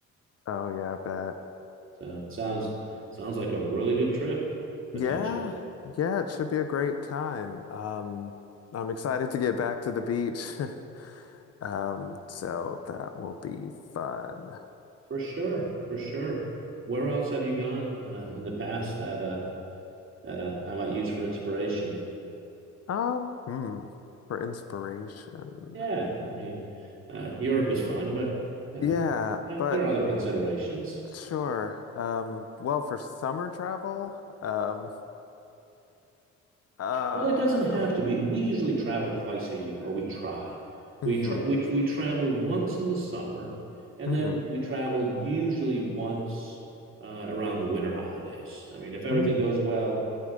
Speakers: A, on the left; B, on the right.
A: Oh yeah, I bet.
B: So it sounds sounds like a really good trip potentially
A: Yeah, yeah, it should be a great time. Um, I'm excited to get back to the beach. <laughs> Um, so that will be fun.
B: for sure, for sure. Where else have you gone uh, in the past that uh, that uh, I might use for inspiration?
A: Um, hmm, for inspiration.
B: Yeah, I
A: Hmm.
B: mean, uh, Europe is fun, but you
A: Yeah,
B: know, my,
A: but
B: there are other considerations.
A: sure. Um, well, for summer travel, um, uh,
B: Well, it doesn't have to be. We usually travel twice a year, or we try.
A: hmm
B: We try. We we travel once in the summer, and
A: hmm
B: then we travel usually once uh, around the winter holidays. I mean, if everything
A: hmm
B: goes well,